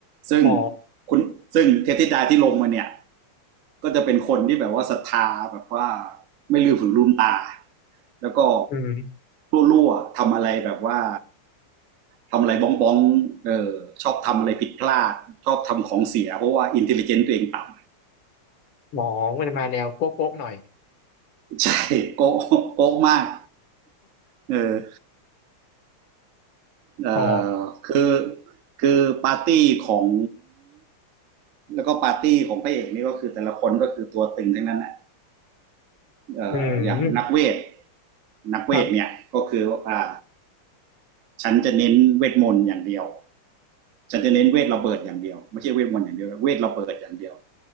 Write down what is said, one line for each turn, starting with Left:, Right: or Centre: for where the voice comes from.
Right: ซึ่ง
Left: อ๋อ
Right: คุณซึ่งเทพธิดาที่ลงมาเนี่ยก็จะเป็นคนที่แบบว่าศรัทธาแบบว่าไม่ลืมถืนลืมตา แล้วก็
Left: อืม
Right: รั่วๆทำอะไรแบบว่าทำอะไรบ้องบ้องๆเออชอบทำอะไรผิดพลาดชอบทำของเสียเพราะว่าอินเทลลิเจนต์ตัวเองต่ำ
Left: อ๋อมันมาแนวโก๊ะๆหน่อย
Right: <laughs> ใช่โก๊ะโก๊ะมากเออเออคือ
Left: อ๋อ
Right: คือปาร์ตี้ของแล้วก็ปาร์ตี้ของพระเอกนี่ก็คือแต่ละคนก็คือตัวตึงทั้งนั้นอ่ะเอออย่างนักเวท
Left: อืม
Right: นักเวทเนี่ยก็คือวอ่า
Left: ครับ
Right: ฉันจะเน้นเวทมนต์อย่างเดียวฉันจะเน้นเวทระเบิดอย่างเดียวไม่ใช่เวทมนต์อย่างเดียวเวทระเบิดอย่างเดียว